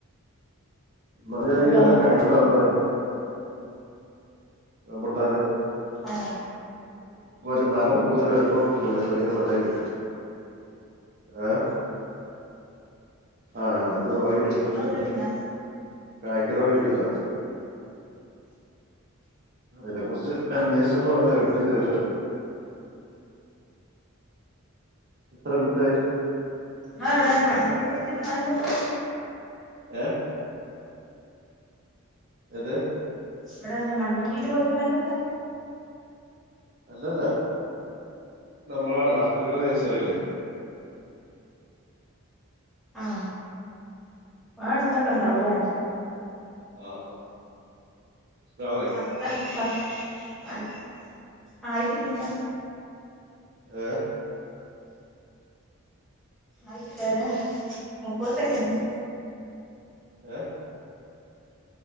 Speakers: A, on the right; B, in the centre.
A: മഞ്ഞാണെകിൽ
B: റംബൂട്ടാനോ
A: നല്ല കയംണ്ടാവുന്നറിയാ ആ ഭുട്ടൻ
B: ആഹ
A: ഒത് മാ മ കൂടുതൽ അലുപ്പം വൽക്കൂല ചെറിയ മറ ആയിരിക്കും ആഹ ആ ഞാനൊന്ന് വാങ്ങി വച്ചിട്ടുണ്ട്
B: ഇങ്ങളെ വീട്ടിലുണ്ടാ
A: കായ്ക്കല ഉടങ്ങിട്ടില്ല അതിനെ കുുറിച്ച് അന്വേഷിച്ചപ്പോ അങ്ങനെ കിട്ടെ അറ്റേ ദവിട്ടം എത്ര മിനിട്ടായി
B: ആ അവിടെ വണ്ണത്തിേ പോയിട്ട് അയൊണ്ട്
A: ഏഹ എത്
B: ഇവിടെ എന്താ മണ്ണൂട്ടീൽ പോയിട്ട് വാങ്ങിക്കൊണ്ടല്ലോ
A: അല്ലല്ല നമ്മള അടുത്ത കടെ നഴസറില്ലേ
B: ആഹ ആ അടുത്തൊക്കെ ഉണ്ടാവൂലേ
A: ആഹ ആ അസ്സലാമു അലൈക്കും
B: പത്തായിട്ട പത്ത് ആയി ആയിട്ടില്ലില്ല
A: ഏഹ
B: ആയിട്ടില്ലാര മുപ്പത് സെക്കൻഡ
A: ഏ